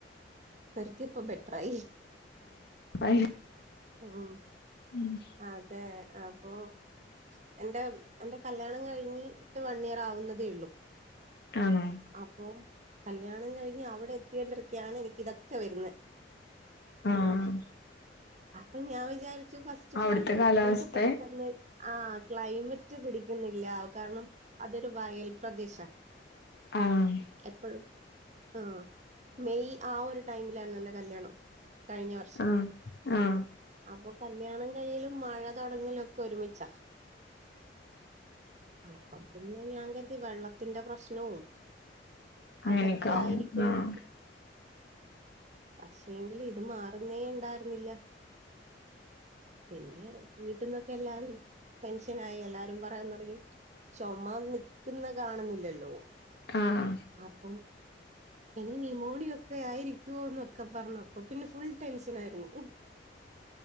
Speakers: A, on the right; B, on the left.
A: നിർത്തിയപ്പൊ ബെറ്ററായി.
B: അയിന്
A: ഉം
B: <inaudible> ഉം
A: അതെ അപ്പൊ എന്റെ എന്റെ കല്യാണം കഴിഞ്ഞിട്ട് വൺ ഇയർ ആവുന്നതേ ഉള്ളൂ
B: ആണോ
A: അപ്പോ കല്യാണം കഴിഞ്ഞ് അവിടെ എത്തിണ്ടിരിക്കയാണ് എനിക്ക് ഇതൊക്കെ വരുന്നെ
B: ആഹ് ആഹ്
A: അപ്പൊ ഞാൻ വിചാരിച്ചു ഫസ്റ്റ്
B: അവിടുത്തെ
A: ഫോൾ
B: കാലാവസ്ഥ
A: നമുക്ക് പെട്ടെന്ന് ആഹ് ക്ലൈമറ്റ് റ്റ് പിടിക്കുന്നില്ല കാരണം അതൊരു വയൽ പ്രദേശ
B: ആഹ്
A: എപ്പഴും ആഹ് മെയ് ആ ഒരു ടൈമിലാണ് എന്റെ കല്യാണം കഴിഞ്ഞ വർഷം
B: ആഹ് ആഹ്
A: അപ്പൊ കല്ല്യാണം കഴിയലും മഴ തുടങ്ങലൊക്കെ ഒരുമിച്ചാ അപ്പ പിന്നെ ഞാൻ കരുതി വെള്ളത്തിന്റെ പ്രശ്നവും
B: അങ്ങനെയൊക്കെ
A: അതൊക്കെ
B: ആവും
A: ആയിരിക്കുംന്ന്
B: ആഹ്
A: പക്ഷേങ്കിലും ഇത് മാറുന്നേ ഉണ്ടായിരുന്നില്ല. പിന്നെ വീട്ടിന്നൊക്കെ എല്ലാരും ടെൻഷനായി എല്ലാരും പറയാൻ തുടങ്ങി ചൊമ നിക്കുന്ന കാണുന്നില്ലല്ലോ
B: ആഹ്
A: അപ്പം ഇനി ന്യുമോണിയൊക്കെ ആയിരിക്കുവോ എന്നൊക്കെ പറഞ്ഞു അപ്പ പിന്നെ ഫുൾ ടെൻഷനായിരുന്നു.